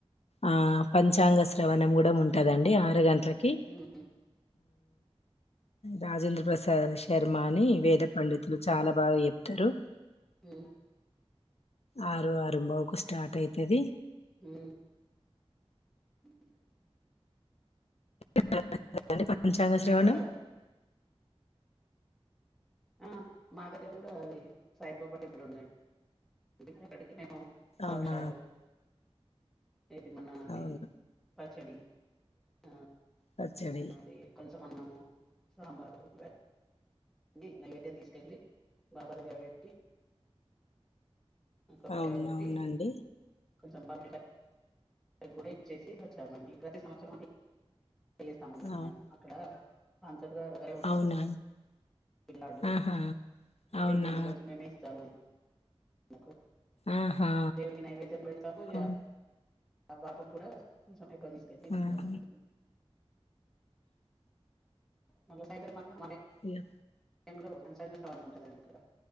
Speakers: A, on the left (about 75°); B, in the centre.
A: ఆ పంచాంగ శ్రీ వణం గుడా ఉంటదండి ఆరు గంటలకి
B: ఉమ్,
A: రాజేంద్ర ప్రసాద్ శర్మ అని వేద పండితులు చాలా బాగా చెప్తరు.
B: మ్
A: ఆరు అరుంబవుకు స్టార్ట్ అయితది.
B: హ్ అ
A: <unintelligible> పంచాంగ
B: మేము
A: శ్రవణం
B: కూడా ఆ మా దగ్గర కూడా అది సాయిబాబా టెంపుల్ ఉందండి అక్కడికి మేము
A: అవునా
B: భక్షాలు ఏది మనా అది
A: అవును
B: పచ్చడి ఆ
A: పచ్చడి
B: అది కొంచం అన్నము సాంబారు ఇవన్ న్నీ నైవేద్యం తీస్కెళ్ళి బాబా దగ్గర పెట్టి కొబ్బరికాయ
A: అవునవునండి
B: కొట్టి కొంచెం మామిడ్ కాయ్ కూడా ఇచ్చేసి వచ్చామండి ప్రతి సంవత్సరం అంతే చేస్తాం అన్నట్టు
A: అవును
B: మేము అక్కడ పంతులు గారు ఒకరే ఉంటారు
A: అవునా
B: పిల్లాడు
A: ఆహా
B: అయితే
A: అవునా
B: ఇగ ఈ రోజు మేమే ఇస్తాము ఆమెకు
A: ఆహా
B: దేవునికి నైవేద్యం పెడ్తాము ఇగ
A: అవును
B: ఆ బాబుకి కూడా కొంచెం ఎక్కువ తీస్కెళ్లి ఇస్తామండి
A: ఆహా
B: మళ్ళ సాయంత్రం <unintelligible>
A: ఇగ
B: టైమ్లో పంచగా శశ్రావణం ఉంటదండి ఇక్కడ